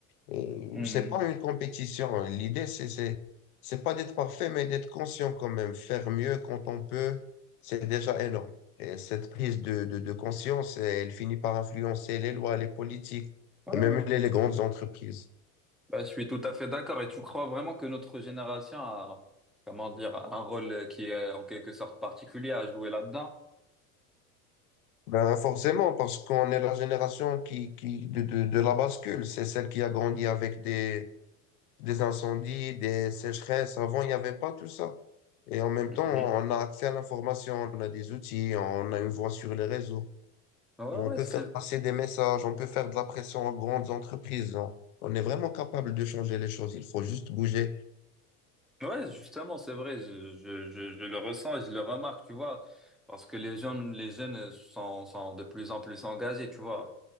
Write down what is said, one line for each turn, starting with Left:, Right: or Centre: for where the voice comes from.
Left: Et
Centre: Mhm.
Left: c'est pas une compétition. L'idée, c'est, c'est, c'est pas d'être parfait, mais d'être conscient quand même. Faire mieux quand on peut, c'est déjà énorme. Et cette prise de, de, de conscience, elle finit par influencer les lois, les politiques
Centre: Ouais,
Left: et
Centre: ouais.
Left: même les les grandes entreprises.
Centre: Bah, je suis tout à fait d'accord. Et tu crois vraiment que notre génération a, comment dire, un rôle qui est en quelque sorte particulier à jouer là-dedans?
Left: Ben, forcément, parce qu'on est la génération qui, qui, de, de, de la bascule. C'est celle qui a grandi avec des, des incendies, des sécheresses. Avant, il n'y avait pas tout ça. Et en même
Centre: Mhm.
Left: temps, on a accès à l'information, on a des outils, on a une voix sur les réseaux.
Centre: Ouais,
Left: On
Centre: ouais,
Left: peut
Centre: c'est
Left: faire passer des messages, on peut faire de la pression aux grandes entreprises. On, on est vraiment capable de changer les choses. Il faut juste bouger.
Centre: Ouais, justement, c'est vrai, je, je, je, je le ressens et je le remarque, tu vois, parce que les jeunes, les jeunes sont, sont de plus en plus engagés, tu vois.